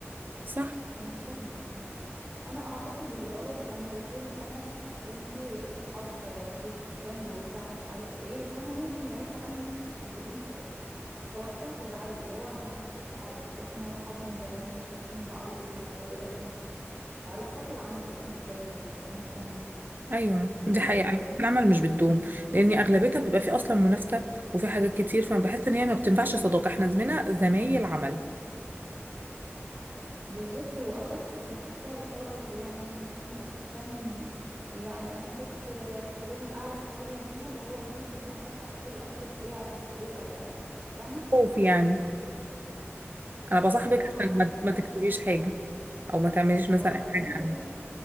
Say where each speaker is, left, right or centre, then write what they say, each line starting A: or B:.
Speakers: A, on the right; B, on the right.
A: صح
B: انا مش فاهمه يعني انا اعتقد الغلط لما يكون انا وانتي صحاب بيست فريند وبتاع ومش عارف ايه وانا ممكن بعدت عنك بدون سبب فوقتها تزعلي اللي هو انا ما عملتش فيكي حاجه واحنا صحاب من زمان ومشاركين بعض كل حاجه ولكن علاقات العمل اصلا مش دايمه يعني زي ما انت فاهمه
A: ايوه دي حقيقه
B: آه
A: على فكرة العمل مش بتدوم لان اغلبيتها بيبقى في اصلا منافسه وفي حاجات كتير فانا بحس ان هي ما بتنفعش صداقه احنا زمينا زمايل عمل
B: بالظبط واوقات كنت بحسها بتقرب يعني مني عشان يعني انا كنت آه، في ليفل اعلى شويه منها اللي هو ممكن مثلا ادخل اكتب فيها تقرير او بتاع فاهمه
A: خوف يعني انا بصاحبك
B: فحسيت
A: عشان ما ما
B: به...
A: تكتبيش حاجه او ما تعمليش مثلا
B: او
A: اي
B: فانتي
A: حاجه عني